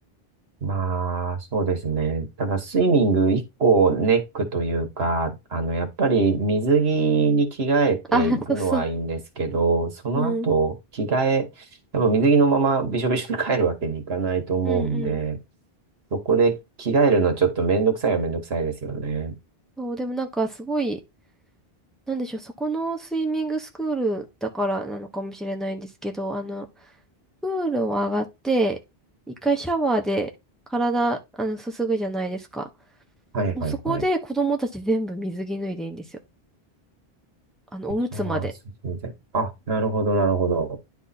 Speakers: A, on the right (about 80°); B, in the centre.
A: まあ、そうですね。ただ、スイミング一個ネックというか、あの、やっぱり水着に着替えていくのはいいんですけど、
B: あ、<laughs> そうそう。
A: その後、
B: うん。
A: 着替え、やっぱ水着のままびしょびしょに帰るわけにいかないと思うんで、
B: うんうん。
A: そこで着替えるのちょっとめんどくさいはめんどくさいですよね。
B: そう、でもなんかすごい、なんでしょう、そこのスイミングスクールだからなのかもしれないんですけど、あの、プールを上がって、一回シャワーで体、あの、すすぐじゃないですか。
A: はいはいはい。
B: もうそこで子供たち全部水着脱いでいいんですよ。あの、おむつまで。
A: シャワーすみたいあ、なるほど、なるほど。